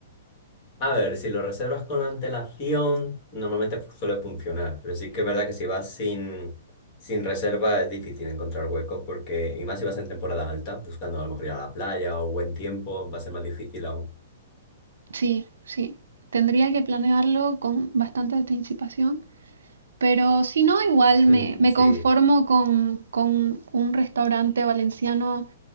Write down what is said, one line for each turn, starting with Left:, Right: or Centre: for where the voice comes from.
Left: A ver, si lo reservas con antelación, normalmente fu- suele funcionar, pero sí que es verdad que si vas sin, sin reserva es difícil encontrar hueco, porque, y más si vas en temporada alta, buscando a lo mejor ir a la playa o buen tiempo, va a ser más difícil aún.
Right: Sí, sí. Tendría que planearlo con bastante anticipación. Pero si no, igual
Left: <laughs>
Right: me, me
Left: Sí.
Right: conformo con, con un restaurante valenciano